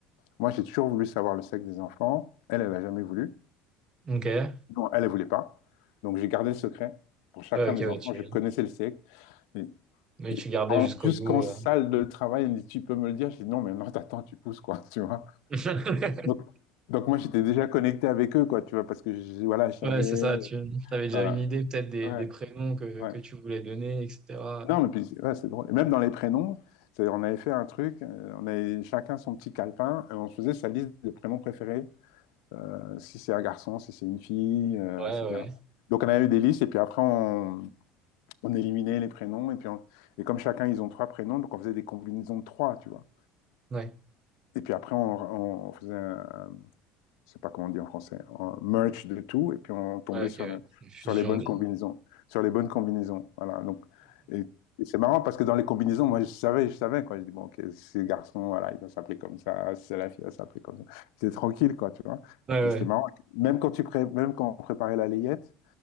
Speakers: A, on the left; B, on the right.
A: moi, j'ai toujours voulu savoir le sexe des enfants. Elle, elle n'a jamais voulu.
B: Ok. Ouais,
A: Non, elle, elle voulait pas. Donc, j'ai gardé le secret. Pour chacun
B: ok,
A: des
B: ouais,
A: enfants,
B: tu
A: je connaissais le sexe. Mais
B: mais tu gardais
A: en-
B: jusqu'au
A: jusqu'en
B: bout.
A: salle de travail, elle me dit, tu peux me le dire? J'ai dit, non, mais non, t'attends, tu pousses, quoi, <laughs> tu vois.
B: <laughs>
A: Donc, donc moi, j'étais déjà connecté avec eux, quoi, tu vois, parce que, je- voilà, je savais,
B: Ouais, c'est ça, tu avais déjà
A: voilà.
B: une idée peut-être des,
A: Ouais,
B: des prénoms que,
A: ouais.
B: que tu voulais donner, etc.
A: Non, mais puis, ouais, c'est drôle. Et même dans les prénoms, c'est- on avait fait un truc, euh, on avait chacun son petit calepin, et on se faisait sa liste de prénoms préférés, euh, si c'est un garçon, si c'est une fille, euh,
B: Ouais,
A: etc.
B: ouais.
A: Donc on avait eu des listes, et puis après on, on éliminait les prénoms, et puis on- et comme chacun, ils ont trois prénoms, donc on faisait des combinaisons de trois, tu vois.
B: Ouais,
A: Et puis après, on, on faisait un, je sais pas comment on dit en français, en merch de tout, et puis on tombait
B: ouais,
A: sur,
B: ok, ouais.
A: le-
B: Une fusion
A: sur les bonnes
B: des...
A: combinaisons. Sur les bonnes combinaisons, voilà. Donc, et, et c'est marrant parce que dans les combinaisons, moi, je savais, je savais, quoi. Je dis, bon, ok, ces garçons, voilà, ils vont s'appeler comme ça, c'est la fille, elle va s'appeler comme ça. C'était tranquille, quoi, tu vois.
B: Ouais, ouais.
A: Et c'était marrant. Même quand, tu pré- Même quand on préparait la layette,